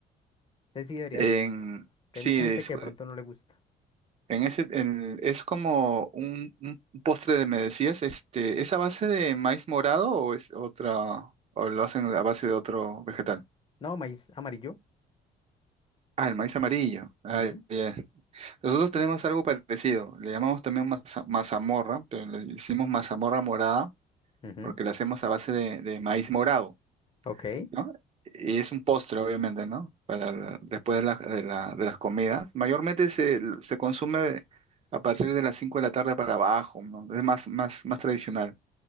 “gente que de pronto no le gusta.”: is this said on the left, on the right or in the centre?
Left